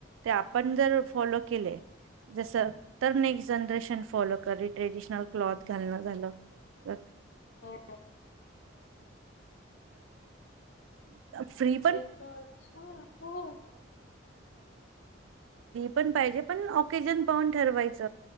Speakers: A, on the right; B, on the left.
A: ते आपण जर फॉलो केले. जस तर नेक्स्ट जनरेशन फॉलो करी ट्रेडिशनल क्लॉथ घालण झालं. <unintelligible> <inaudible>
B: हो
A: फ्री
B: म्हणजे हो हो.
A: पण पाहिजे पण ओकेजन पाहुन ठरवाच.